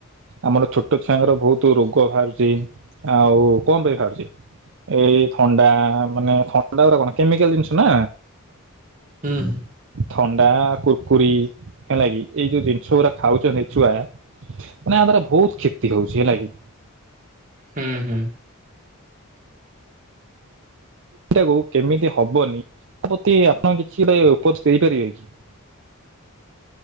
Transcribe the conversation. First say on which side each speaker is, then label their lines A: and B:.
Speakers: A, on the right; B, on the right.
A: ଆମର ଛୋଟ ଛୁଆଙ୍କର ବହୁତ ରୋଗ ବାହାରୁଛି। ଆଉ କଣ ପାଇଁ ଭାରୁଚି? ଏଇ ଥଣ୍ଡା ମାନେ ଥଣ୍ଡା ଗୁଡାକ କେମିକାଲ ଜିନିଷ ନା?
B: ହୁଁ।
A: ଥଣ୍ଡା କୁରକୁରି ହେଲା କିି ଏଇ ଯଉ ଜିନିଷ ଗୁଡା ଖାଉଛନ୍ତି ଛୁଆ। ନା ୟା ଦ୍ୱାରା ବହୁତ କ୍ଷତି ହଉଛି ହେଲା କିି?
B: ହୁଁ ହୁଁ।
A: ଟାକୁ କେମିତି ହବନି? ତା ପ୍ରତି ଆପଣ କିଛି ଗୋଟେ ଅପୋଜ ଦେଇପାରିବେ କି?